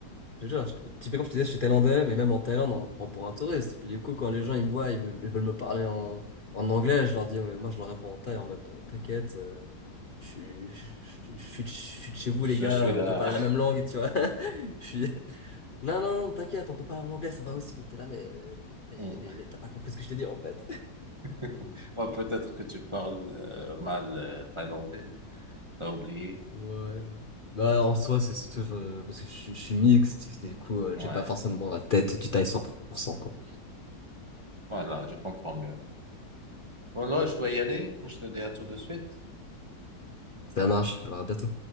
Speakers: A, on the left; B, on the right.
A: je te jure, je- typiquement, je te disais, j'étais thaïlandais, mais même en Thaïlande, on me prend pour un touriste. Puis du coup, quand les gens ils me voient, ils veulent, ils veulent me parler en, en anglais, je leur dis, ouais, moi, je leur réponds en thaï en mode, euh, t'inquiète, euh, je, suis- je, je- je suis de je suis de chez vous,
B: Je
A: les gars,
B: suis là.
A: on peut parler la même langue, tu vois. <laughs> Je suis, non, non, non, t'inquiète, on peut parler en anglais, ça va aussi. T'es là, mais, mais,
B: <laughs>
A: mais, mais t'as pas compris ce que je t'ai dit, en fait.
B: <laughs> Ouais, peut-être que tu parles euh, mal euh, thaïlandais. T'as oublié.
A: Ouais. Bah, en soi, c'est surtout je- parce que je, je suis mixte, du coup, euh,
B: Ouais.
A: j'ai pas forcément la tête du taille cent pour cent quoi.
B: Voilà, je comprends mieux. Bon, là, je dois y aller. Je te dis à tout de suite.
A: Ça marche, alors à bientôt.